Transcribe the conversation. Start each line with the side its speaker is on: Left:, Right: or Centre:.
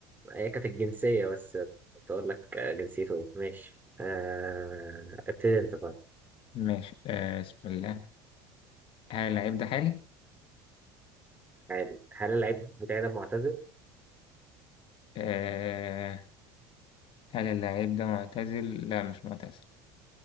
Right: هي كانت الجنسية بس كنت أقول لك آه، جنسيته إيه ماشي آه، ابتدي أنت طيب
Left: ماشي آه بسم الله هل اللاعب ده حالي
Right: عادي هل اللعيب بتاعي ده معتزل؟
Left: آه هل اللاعب ده معتزل؟ لا مش معتزل